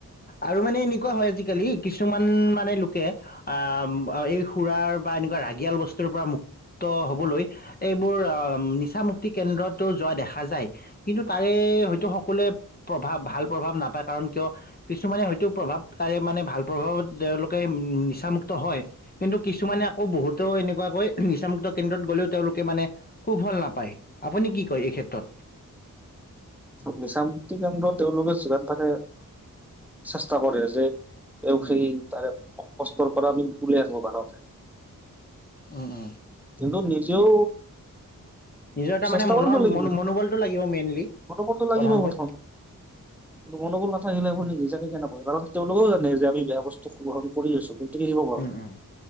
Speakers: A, on the left; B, in the centre.
A: আৰু মানে এনেকুৱা। আজিকালি কিছুমান মানে লোকে আহ এই সুৰাৰ বা এনেকুৱা ৰাগিয়াল বস্তুৰ পৰা মুক্ত মুক্ত হ'বলৈ এইবোৰ নিচা মুক্তি কেন্দ্ৰতো যোৱা দেখা যায় কিন্তু। হয়তো সকলোৱে প্ৰভাৱ ভাল প্ৰভাৱ নাপায়, কাৰণ কিয় কিছুমানে হয়তো প্ৰভাৱ তাৰে মানে। ভাল প্ৰভাৱ তেওঁলোকে নিচামুক্ত হয়, কিন্তু কিছুমানে আকৌ বহুতো এনেকুৱাকৈ। নিচামুক্ত কেন্দ্ৰত গ'লেও তেওঁলোকে মানে, সুফল নাপায় আপুনি কি কয় এই ক্ষেত্ৰত।
B: নিচামুক্তি কেন্দ্ৰ তেওঁলোকে যিমান পাৰে চেষ্টা কৰে যে। এ
A: উম
B: সেই তাৰে কষ্টৰ পৰা আমি উওল আহনো বাৰতে।
A: উম উম।
B: কিন্তু নিজেও।
A: নিজৰ এটা
B: চেষ্টা
A: মানে মনৰ
B: কৰিব লাগিব,
A: মন মনোবলটো লাগিব মেইনলি
B: বলটো লাগিব
A: প্ৰধানকৈ
B: প্ৰথম। কিন্তু গণ্ডগোল নাথাকিলেখুনি। নিজাকে কেনেকুৱা কাৰণ তেওঁলোকেও জানে যে আমি বেয়া বস্তু গ্ৰহণ কৰি আছো কিন্তু কিনিব পৰা
A: উম
B: নাই।
A: উম